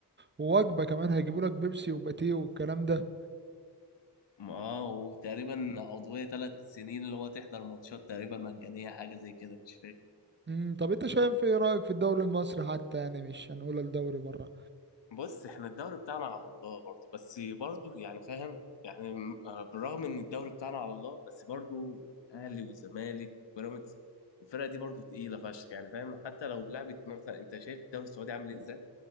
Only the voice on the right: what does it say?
ووجبه كمان هيجيبوا لك بيبسي وباتيه والكلام ده
امم طب انت شايف ايه رايك في الدوري المصري حتى يعني مش هنقول الدوري بره